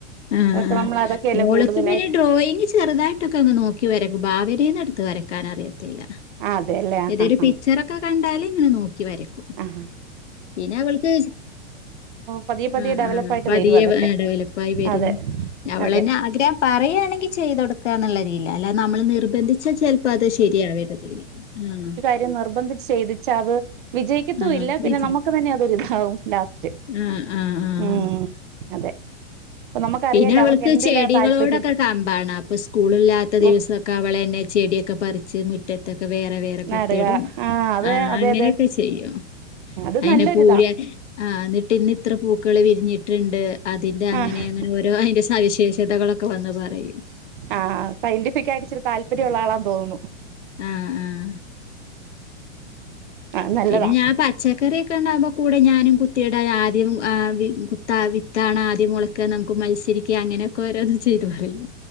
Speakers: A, on the left; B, on the right.
A: ആഹ്
B: അതൊക്കെ
A: ആഹ് ആഹ്
B: നമ്മൾ അതൊക്കെയല്ലേ
A: മോള്ക്ക്
B: കൂടുതലായിട്ട്
A: പിന്നെ ഡ്രോയിങ് ചെറുതായിട്ടൊക്കെഒന്ന് നോക്കി വരക്കും ഭാവനെന്ന് എടുത്ത് വരക്കാൻ ആറി ഇല്ല
B: ആ അതെല്ലേ ആ
A: ഏതെലു
B: ആ
A: പിക്ചറൊക്കെ കണ്ടാലേ ഇങ്ങനെ നോക്കി വരക്കും
B: ആഹാ
A: പിന്നെ അവൾക്ക്
B: പതിയെ പതിയെ
A: ആഹ്
B: ഡെവലപ്പായിട്ട്
A: ആഹ് പതിയെ
B: വരും അതൊക്കെ
A: വെഇടവലിപ്പം ആയി വെരും
B: അതെ
A: അവളെന്നെ
B: അതെ
A: ആഗ്രഹം പറയുകയാണെങ്കി ചെയ്ത് കൊടുക്കാന്ന്ള്ള രീതിലാ അല്ലാതെ നമ്മൾ നിർബന്ധി ച്ച ചിലപ്പോ അത് ശരിയാവരത്തില്ലേ ആഹ്
B: അധികം നിർബന്ധിച്ച് ചെയ്തിച്ചാ അത് വിജയിക്കത്തുഇല്ല
A: ആഹ്
B: പിന്നെ
A: വിജി
B: നമുക്ക് തന്നെ അതൊരിതാവും ലാസ്റ്റ്
A: ആഹ് ആഹ് ആഹ്
B: ഉം അതെ അപ്പൊ നമുക്കറിയാലോ
A: പിന്നെ അവൾക്ക്
B: അവർക്ക് എന്തിലാ
A: ചെടികളോടൊക്കെ
B: താല്പര്യം
A: കമ്പാണ് അപ്പൊ സ്കൂളി ഇല്ലാത്ത ദിവസഓക്കെ
B: ഓ
A: അവളന്നെ ചെടിയൊക്കെ പറി ച്ച് മുറ്റത്തൊക്കെ വേറെ വേറെ കുത്തിയിടും
B: നാടുക അത്
A: ആഹ്
B: അതെ
A: അങ്ങനെയൊക്കെ
B: അതെ
A: ചെയ്യും
B: അത്
A: അയിന്
B: നല്ലൊരിതാ
A: പൂയിയാണ് ആന്നിട്ട് എന്നി എത്ര പൂക്കൾ വിരിഞ്ഞിട്ട്ണ്ട് അതിന്റെ അങ്ങനെങ്ങനെ
B: ആഹ്
A: ഓരോ അയിന്റെ സവിശേഷതകളൊക്കെ വന്ന് പറയും
B: ആ സയന്റിഫിക്കയിട്ട് ഇച്ചിരി താല്പര്യം ഉള്ള ആളാന്ന് തോന്നു
A: ആഹ് ആഹ്
B: ആഹ് നല്ലതാ
A: പിന്നെ ഞാൻ പ ചക്കറി ഒക്കെ ഉണ്ടാകുമ്പോ കൂടെ ഞാനും കുത്തിയിട ആദ്യം ആ വി കുത്ത വിത്താണ് ആദ്യം മുള ഒക്കെ നമുക്ക് മത്സരിക്ക അങ്ങനെക്കൊരോന്ന് ചെയ്ത് പറയും